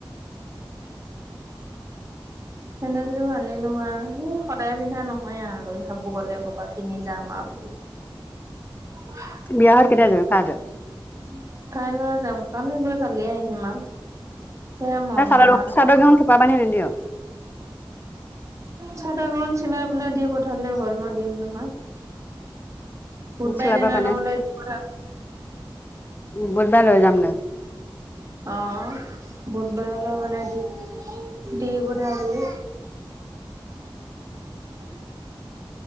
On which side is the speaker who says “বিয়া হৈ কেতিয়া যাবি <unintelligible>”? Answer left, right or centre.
Left